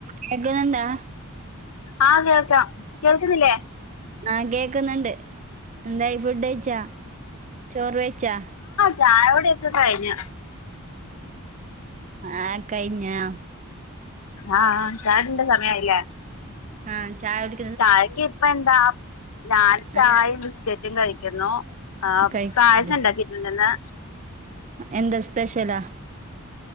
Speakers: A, on the right; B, on the left.
A: കേക്ക്ന്ന്ണ്ടാ
B: ആഹ്‌ കേൾക്കാം കേൾക്ക്ന്നില്ലേ
A: ആഹ് കേക്ക്ന്ന്ണ്ട് എന്തായി ഫുഡയിച്ചാ ചോറ് കയ്ച്ചാ
B: ചായുടി ഒക്കെ കഴിഞ്ഞു
A: ആഹ് കഴിഞ്ഞോ
B: ആഹ് ആഹ് ചായുടിന്റെ സമയായില്ലേ
A: ആഹ് ചായുടി
B: ചായക്ക് ഇപ്പെന്താ ഞാൻ ചായിം
A: ആ
B: ബിസ്കറ്റും കഴിക്കുന്നു ആഹ്
A: കഴിക്കുന്നുണ്ട്
B: പായസംണ്ടാക്കിട്ട്ണ്ട് ഇന്ന്
A: എന്താ സ്പെഷലാ